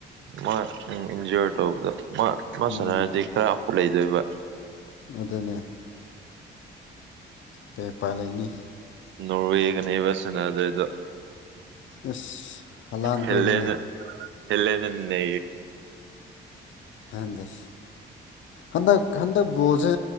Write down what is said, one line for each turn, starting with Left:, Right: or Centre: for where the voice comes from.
Right: ꯃꯥ ꯎꯝ ꯏꯟꯖꯣꯔ ꯇꯧꯕꯗ ꯃꯥ ꯃꯥ
Left: ꯎꯝ
Right: ꯁꯥꯟꯅꯔꯗꯤ ꯈꯔ ꯑꯈꯨꯠ ꯂꯩꯗꯣꯏꯕ
Left: ꯑꯗꯨꯅꯦ ꯀꯩ ꯎꯄꯥꯏ ꯂꯩꯅꯤ
Right: ꯅꯣꯒ ꯅꯕꯁꯗ
Left: ꯑꯁ ꯍꯂꯥꯟ
Right: ꯍꯦꯂꯅ
Left: ꯈꯣꯏꯅꯤꯅꯦ
Right: ꯍꯂꯦ ꯅꯅꯤ
Left: ꯍꯗꯁ ꯍꯟꯗꯛ ꯍꯟꯗꯛ ꯕꯣꯜꯁꯦ